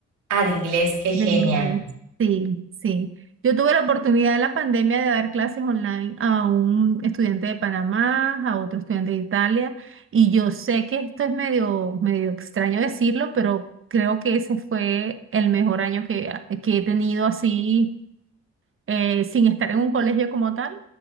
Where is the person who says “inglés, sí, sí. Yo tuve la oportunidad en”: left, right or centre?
Right